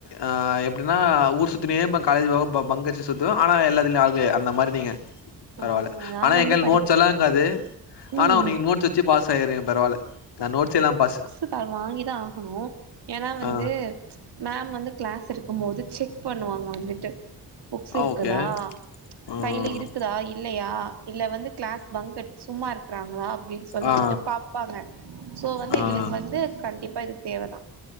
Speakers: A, on the left; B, on the right.
A: அ எப்டினா ஊர் சுத்தினியே இருப்ப காலேஜ் பக்கோ போ பங்கச்சி சுத்துவ ஆனா எல்லத்துலயு ஆள் கிளியர் அந்த மாதிரிங்க பரவால்ல
B: ஆ நா
A: ஆனா
B: வந்து
A: எங் கைல்
B: படி
A: நோட்ஸ் எல்லா இக்காது
B: ம்
A: ஆனா ஒன்னு நீங் நோட் வச்சு பாஸ் ஆயிறீங்க பரவால்ல நா நோட்ஸ் இல்லாம பாஸ்
B: துதாலு வாங்கி தா ஆகணு ஏன்னா வந்து
A: ஆ
B: மேம் வந்து கிளாஸ் எடுக்கும் போது செக் பண்ணுவாங்க வந்துட்டு புக்ஸ் இருக்குதா
A: ஓகே. ஆ ஓகே
B: கையில இருக்குதா இல்லையா இல்ல வந்து கிளாஸ் பங்க்கடி சும்மா இருக்கிறாங்ளா அப்டின் சொல்லிக்கிட்டு
A: ஆ
B: பாப்பாங்க சோ வந்து
A: ஆ ஆ
B: எங்களுக்கு வந்து கண்டிப்பா இது தேவதா